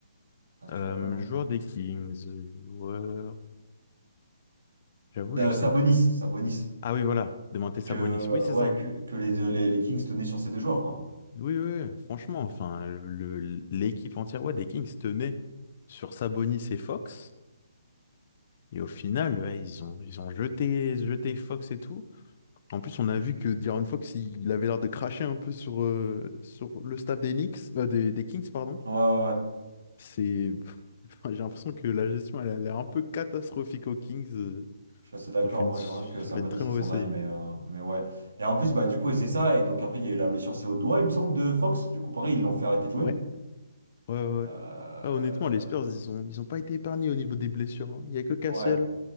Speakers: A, on the right (about 75°); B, on the left (about 45°).
A: Ah, tu
B: Euh,
A: l'as pas, non?
B: joueur des Kings, joueur... J'avoue,
A: De-
B: je sais
A: Sabonis,
B: plus.
A: Sabonis.
B: Ah oui, voilà. Demanté Sabonis.
A: Que,
B: Oui, c'est
A: ouais,
B: ça.
A: que, que les, les, les Kings tenaient sur ces deux joueurs, quoi.
B: Oui, oui, oui, franchement, enfin, le- le- l'équipe entière ouais, des Kings tenait sur Sabonis et Fox. Et au final, ouais, ils ont, ils ont jeté, jeté Fox et tout. En plus, on a vu que De'Aaron Fox, il avait l'air de cracher un peu sur, euh, sur le staff des Knicks, euh, des, des Kings, pardon.
A: Ouais, ouais, ouais.
B: C'est, <laughs> enfin, j'ai l'impression que la gestion, elle a l'air un peu catastrophique aux Kings. euh.
A: Je suis assez d'accord,
B: Ils ont fait une,
A: moi
B: ils
A: j'aimerais que Sabonis
B: ont fait une très mauvaise
A: il s'en
B: saison.
A: aille, mais, euh, mais ouais. Et en plus, bah du coup, et c'est ça, et donc après il y a eu la blessure, c'est au doigt, il me semble, de Fox. Du coup, pareil, ils l'ont fait arrêter de jouer.
B: Ouais, ouais, ouais.
A: Euh,
B: Ah, honnêtement, les Spurs, ils ont, ils ont pas été épargnés au niveau des blessures. hein. Il y a que Cassel.
A: Ouais,